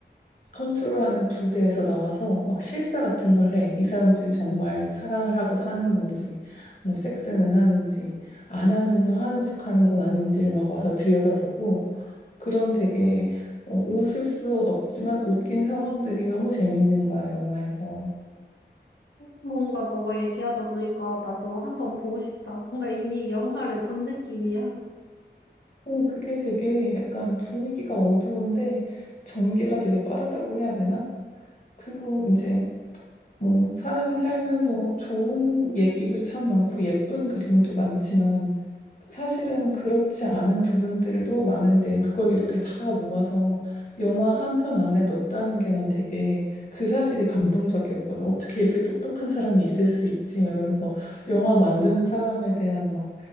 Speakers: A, on the left (about 45°); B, on the left (about 80°).
A: 컨트롤하는 부대에서 나와서 막 실사 같은 걸 해. 이 사람들이 정말 사랑을 하고 사는 건지, 뭐 섹스는 하는지, 안 하면서 하는 척하는 건 아닌지를 막 와서 들여다보고. 그런 되게 어, 웃을 수 없지만 웃긴 상황들이 너무 재밌는 거야, 영화에서.
B: 뭔가 너가 얘기하다 보니까 나도 한번 보고 싶다. 뭔가 이미 영화를 본 느낌이야.
A: 오, 그게 되게
B: 음,
A: 약간 분위기가 어두운데 전개가 되게 빠르다고 해야 되나? 그리고 이제 뭐 사람이 살면서 좋은 얘기도 참 많고 예쁜 그림도 많지만 사실은 그렇지 않은 부분들도 많은데 그걸 이렇게 다 모아서 영화 한 편 안에 넣었다는 게 난 되게 그 사실이 감동적이었거든. 어떻게 이렇게 똑똑한 사람이 있을 수 있지? 막 이러면서 영화 만드는 사람에 대한 막